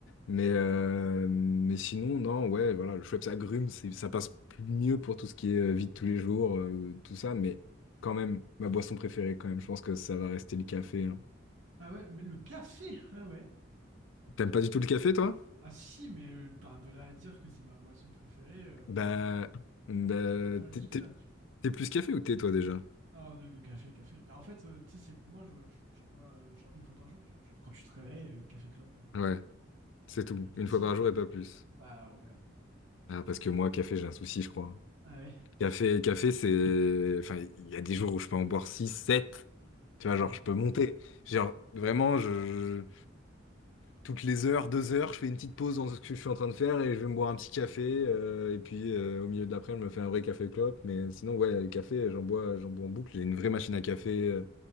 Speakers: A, on the left (about 75°); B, on the right (about 85°).
A: Mais, euh, mais sinon, non, ouais, voilà, le Schweppes agrumes, c'est- ça passe plus- mieux pour tout ce qui est euh, vie de tous les jours, euh, tout ça, mais quand même, ma boisson préférée, quand même, je pense que ça va rester le café. hein.
B: Ah ouais, mais le café! Ah ouais.
A: T'aimes pas du tout le café, toi?
B: Ah si, mais euh, ben, de là à dire que c'est ma boisson préférée, euh,
A: Bah, bah,
B: j'irai pas jusque-là,
A: t'es t'es-
B: tu vois.
A: t'es plus café ou thé, toi, déjà?
B: Ah, de, de café, café. Bah en fait, euh, tu sais, c'est, moi, je, je- j'en bois euh, genre une fois par jour, tu vois. Genre quand tu te réveilles, euh, café clope, hein.
A: Ouais, c'est tout.
B: le classique,
A: Une fois par
B: quoi.
A: jour et pas plus.
B: Bah ouais. hein.
A: Ah, parce que moi, café, j'ai un souci, je crois.
B: Ah ouais.
A: Café, café, c'est. Enfin, il y a des jours où je peux en boire 6 sept Tu vois,
B: Ah
A: genre,
B: ouais.
A: je peux monter. Genre, vraiment, je... toutes les heures, deux heures, je fais une petite pause dans ce que je suis en train de faire et je vais me boire un petit café. euh, et puis, euh, au milieu de l'après, je me fais un vrai café clope. Mais sinon, ouais, le café, j'en bois, j'en bois en boucle. J'ai une vraie machine à café, euh,